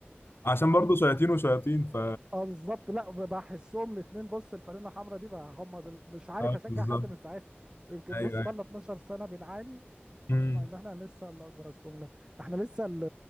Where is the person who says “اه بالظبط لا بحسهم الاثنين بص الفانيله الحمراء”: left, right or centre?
Right